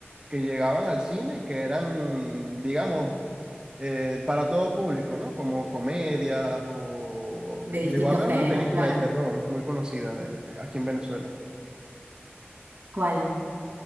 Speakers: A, on the right (about 20°); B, on the right (about 65°).
A: que llegaban al cine y que eran, digamos, eh, para todo público, ¿no? Como comedias o...
B: de distintos
A: Llegó a haber
B: géneros,
A: una película
B: claro.
A: de terror muy conocida de- aquí en Venezuela.
B: ¿Cuál?